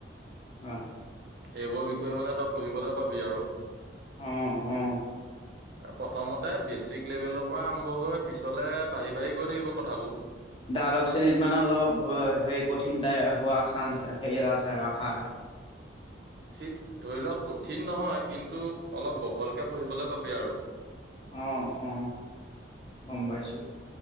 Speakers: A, on the left (about 25°); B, on the right (about 55°).
A: অ
B: এইবোৰ বিষয়ে মানে তই পঢ়িবলে পাবি আৰু
A: অ অ
B: <inaudible> প্ৰথমতে বেছিক লেভেলৰ পৰা আৰম্ভ হৈ পিছলে বাঢ়ি বাঢ়ি গৈ থাকিব কথাবো
A: দ্বাদশ শ্ৰেণীত মানে অলপ এ সে কঠিন তাই হোৱা চান্স হেৰি এটা আছে আৰু আশা এটা
B: ঠিক ধৰি ল কঠিন নহয় কিন্তু অলপ বহলকে পঢ়িবলৈ পাবি আৰু
A: অ অ গম পাইছো।